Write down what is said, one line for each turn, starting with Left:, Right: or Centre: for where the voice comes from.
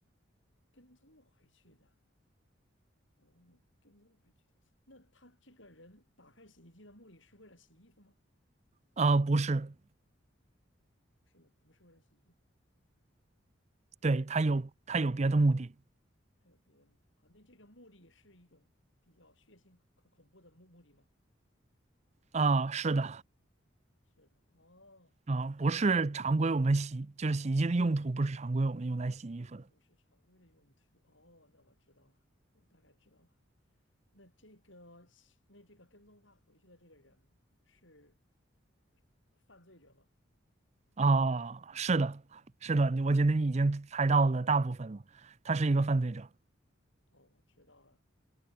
Left: 跟踪回去的，嗯，跟踪回去的。那他这个人打开洗衣机的目的是为了洗衣服吗？
Right: 啊，不是，
Left: 是不是不是为了洗衣服？
Right: 对，他有他有别的目的
Left: 哦，他有别的目的啊？那这个目的是一种比较血腥、可恐怖的目目的吗？
Right: 啊，是的，
Left: 是的，哦。
Right: 啊，不是常规我们洗，
Left: 我感
Right: 就是洗衣机的用途不是常规我们用来洗衣服的
Left: 不是常规的用途。哦，那我知道了，我大概知道了。那这个，那这个跟踪他回去的这个人是犯罪者吗？
Right: 啊，是的，是的，你我觉得你已经猜到了大部分了，他是一个犯罪者，
Left: 哦，我知道了，